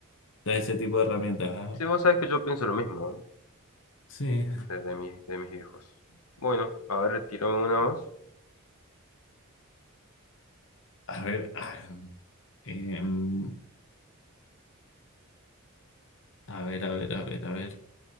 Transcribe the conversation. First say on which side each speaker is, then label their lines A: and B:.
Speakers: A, on the left; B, on the left.
A: la- ese tipo de herramientas. Ajá.
B: Sí, vos sabés que yo pienso lo mismo, ¿no?
A: Sí.
B: de, de mis, de mis viejos. Bueno, a ver, tirame una voz.
A: A ver, ah, em, a ver, a ver, a ver, a ver.